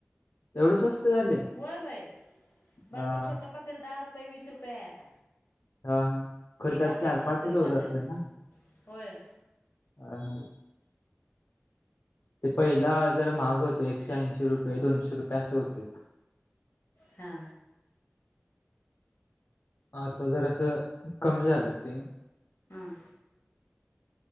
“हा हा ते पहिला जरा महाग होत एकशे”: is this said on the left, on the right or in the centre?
Left